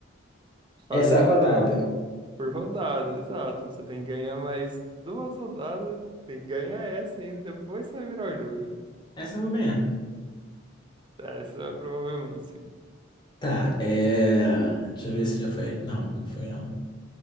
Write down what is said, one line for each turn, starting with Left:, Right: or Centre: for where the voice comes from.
Right: fazendo
Left: essa rodada.
Right: por, ro- Por rodada, exato. Você tem que ganhar mais duas rodadas, tem que ganhar essa ainda, depois você vai virar o jogo.
Left: Essa eu vou ganhar.
Right: Ah, essa é provavelmente, sim.
Left: Tá, é. Deixa eu ver se já foi. Não, não foi não.